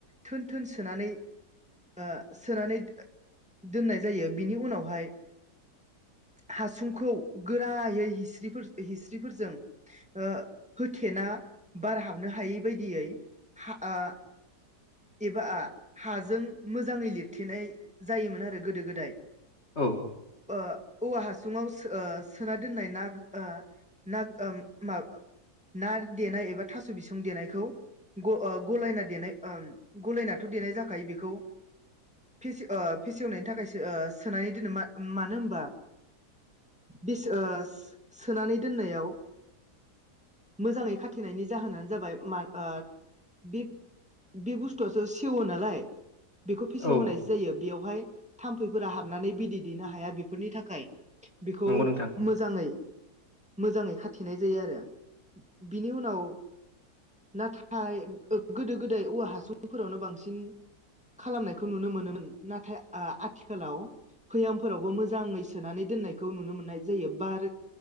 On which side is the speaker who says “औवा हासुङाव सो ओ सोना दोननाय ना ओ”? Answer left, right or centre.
Centre